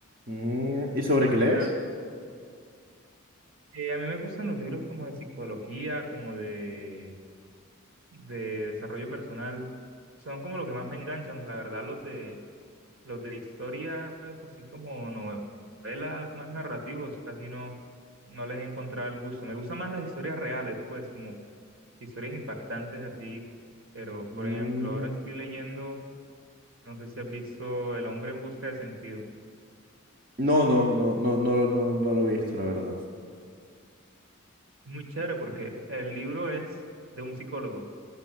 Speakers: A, on the right (about 40°); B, on the right (about 70°).
A: Mm, ¿y sobre qué lees?
B: ¿Sabes? Eh, a mí me gustan los libros como de psicología, como de, de desarrollo personal. Son como lo que más me enganchan, la verdad, los de Los de historias, así como novelas más narrativos, casi no, no les he encontrado el gusto. Me gustan más las historias reales, pues, como historias impactantes así. Pero, por
A: Mm,
B: ejemplo, ahora estoy leyendo, no sé si has visto El hombre en busca de sentido.
A: No, no, no, no, no, no, no
B: Sí.
A: lo he visto, la verdad.
B: Muy chévere porque el libro es de un psicólogo